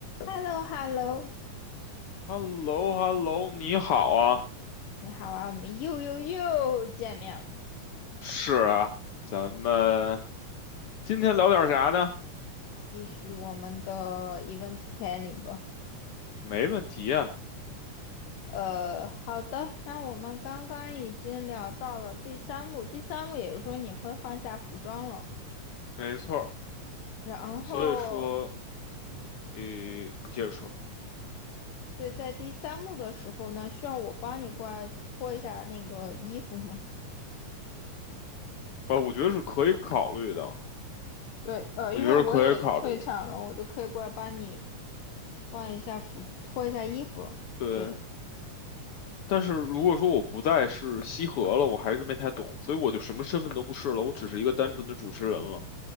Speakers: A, on the left; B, on the left.
A: h e l l o h e l l o
B: h e l l o h e l l o 你好啊，
A: 你好啊，我们又又又见面了，
B: 是啊，咱们今天聊点啥呢？
A: 继续我们的 events planning 吧。
B: 没问题啊，
A: 呃，好的，那我们刚刚已经聊到了第三幕，第三幕也就是说你会换下服装了，
B: 没错儿。
A: 然后
B: 所以说，呃，你接着说
A: 所以在第三幕的时候呢，需要我帮你过来脱一下那个衣服吗？
B: 啊，我觉得是可以考虑的，
A: 对，呃，
B: 我觉得是可以考虑的。
A: 因为我也退场了，我就可以过来帮你换一下服，脱一下衣服了。
B: 对，
A: 对，
B: 但是如果说我不再是西河了，我还是没太懂，所以我就什么身份都不是了，我只是一个单纯的主持人了。